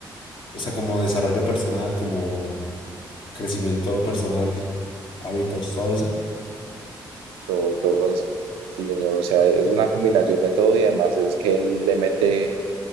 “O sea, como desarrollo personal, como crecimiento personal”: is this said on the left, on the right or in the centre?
Left